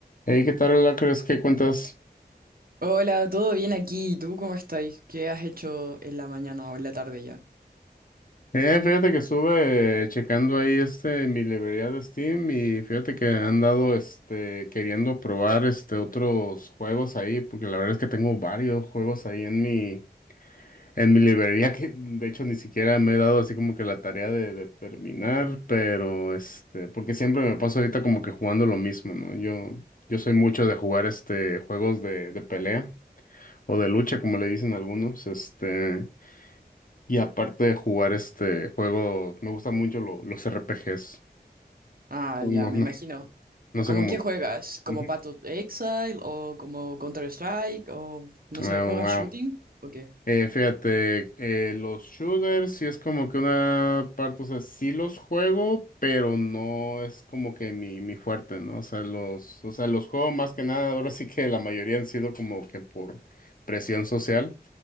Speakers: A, on the left (about 55°); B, on the right (about 60°).
A: Hey, ¿qué tal, Lacres? ¿Qué cuentas?
B: Hola, ¿todo bien aquí? ¿Y tú cómo estáis? ¿Qué has hecho en la mañana o en la tarde ya?
A: Eh, fíjate que estuve checando ahí este mi librería de Steam y fíjate que he andado este queriendo probar este otros juegos ahí, porque la verdad es que tengo varios juegos ahí en mi en mi librería que de hecho ni siquiera me he dado así como que la tarea de, de terminar, pero este, porque siempre me paso ahorita como que jugando lo mismo, ¿no? Yo yo soy mucho de jugar este juegos de de pelea o de lucha, como le dicen algunos, este Y aparte de jugar este juego, me gustan mucho lo- los RPGs.
B: Ah,
A: No,
B: ya, me
A: no,
B: imagino.
A: no sé
B: ¿Cómo
A: cómo
B: qué
A: que.
B: juegas? ¿Como
A: Ujú.
B: Path of Exile o como Counter-Strike o no
A: Wow,
B: sé, ¿juegas
A: wow.
B: shooting o qué?
A: Eh, fíjate, eh, los shooters sí es como que una parte, o sea, sí los juego, pero no es como que mi, mi fuerte, ¿no? O sea, los, o sea, los juego más que nada, ahora sí que la mayoría han sido como que por presión social.